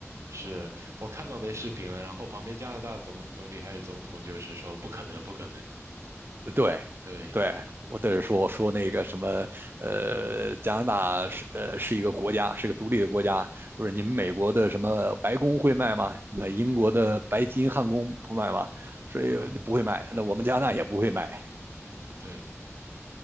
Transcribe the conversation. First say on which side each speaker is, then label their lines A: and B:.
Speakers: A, on the right; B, on the right.
A: 是我看到那视频了，然后旁边加拿大总总理还是总统就是说不可能，不可能，
B: 对，
A: 对，
B: 对，我在这说，我说那个什么，呃，加拿大是呃是一个国家，是个独立的国家，就是你们美国的什么白宫会卖吗？那英国的白金汉宫不卖吗？所以不会卖，
A: <laughs>
B: 那我们加拿大也不会卖。
A: 嗯对。